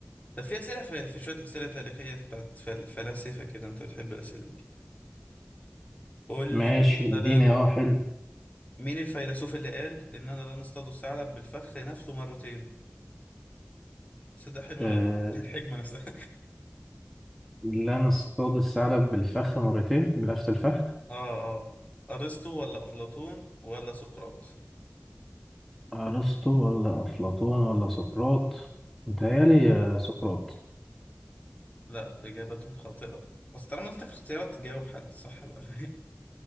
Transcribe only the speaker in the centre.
ماشي
اديني
اه حلو
آه
لا نصطاد الثعلب بالفخ مرتين بنفس الفخ
ارسطو ولا افلاطون ولا سقراط متهيألي آه، سقراط